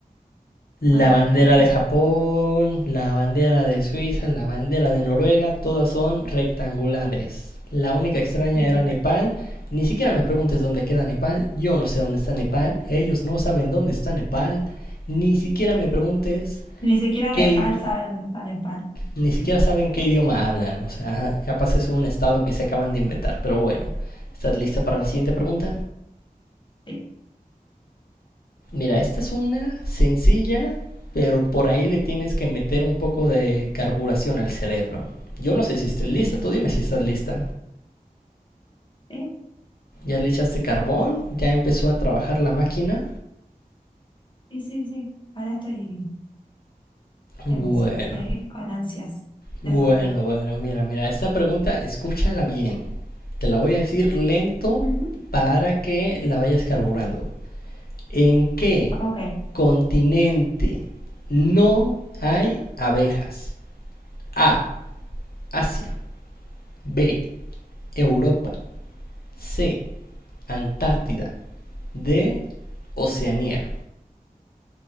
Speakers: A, on the left; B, on the left.
A: La
B: Muy bien,
A: bandera
B: ¿viste?
A: de Japón, la bandera de Suiza, la bandera de Noruega, todas son rectangulares. La única extraña
B: Muy
A: era
B: bien.
A: Nepal. Ni siquiera me preguntes dónde queda Nepal. Yo no sé dónde está Nepal. Ellos no saben dónde está Nepal. Ni siquiera me preguntes
B: Ni siquiera
A: qué...
B: Nepal sabe dónde está Nepal.
A: Ni siquiera saben qué idioma hablan. O sea, capaz es un estado que se acaban de inventar. Pero bueno, ¿estás lista para la siguiente pregunta?
B: Sí,
A: Mira, esta es una sencilla, pero por ahí le tienes que meter un poco de carburación al cerebro. Yo no sé si estés lista, tú dime
B: ok.
A: si estás lista.
B: sí,
A: Ya le echaste carbón, ya empezó a trabajar la máquina.
B: sí, sí. sí. Ahora estoy
A: Bueno,
B: emocio- de- con ansias de
A: bueno,
B: saber.
A: bueno, mira, mira, esta pregunta escúchala bien. Te la voy a decir lento
B: Ujú.
A: para que la vayas carburando. ¿En qué
B: Ok.
A: continente no hay abejas? A. Asia. B. Europa. C. Antártida. D. Oceanía.